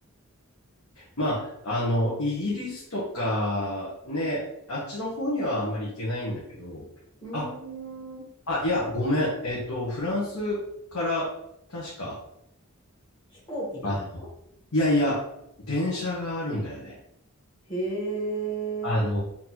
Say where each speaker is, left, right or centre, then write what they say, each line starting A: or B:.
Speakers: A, on the left; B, on the left.
A: まあ、あの、イギリスとかね、あっちの方にはあんまり行けないんだけど、
B: うー
A: あ、
B: ん、
A: あ、いや、ごめん。えっと、フランスから確か、
B: 飛行機ですか
A: あ、いやいや、電車があるんだよね。
B: へえ、
A: あの